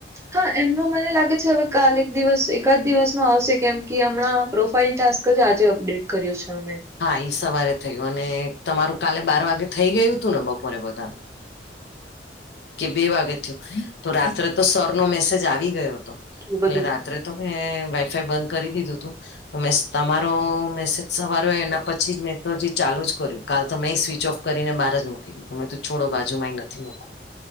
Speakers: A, on the right; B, on the left.
A: હા એમનું મને લાગે છે કાલે એક દિવસ એક જ દિવસમાં આવશે કેમ કે હમણાં પ્રોફાાઈલ ટાસ્ક જ આજે અપડેટ કર્યો છે અમે
B: હા એ સવારે થયું અને તમારું કાલે બાર વાગે થઈ ગયું હતું ને બપોરે બધાનું કે બે વાગે થયોું તો રાત્રે તો સર નો મેસેજ આવી ગયો હતો
A: એ બધું
B: એટલે અત્રે તો મેં વાઈફાઈ બંધ કરી દીધું તું તો મે તમારો મેસેજ સવાર્યો એના પછી મેં તો જે ચાલુ જ કર્યું કાલ તો મેં સ્વિચ ઓફ કરીને બહાર જ મૂકી દીધું મે ત છોડો બાજુમાં નથી મક